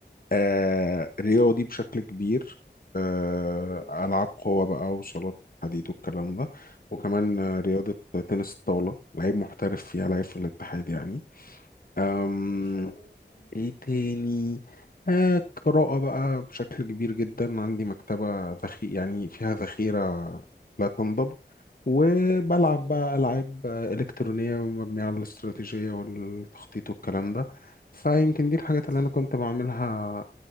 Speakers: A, on the left; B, on the left.
A: آه رياضي بشكل كبير آه
B: جميل
A: ألعاب قوة بقى وصالات حديد والكلام ده وكمان آه،
B: مه.
A: رياضة تنس الطاولة لعيب محترف فيها لعيب في الاتحاد يعني أم
B: ما شاء الله مه.
A: إيه تاني آه قراءة بقى بشكل كبير جدا عندي مكتبة ذخي يعني فيها ذخيرة لا تنضب وبلعب
B: مه.
A: بقى ألعاب آه، إلكترونية مبنية على الاستراتيجية والتخطيط والكلام ده فيمكن دي الحاجات
B: لطيف
A: اللي أنا كنت بعملها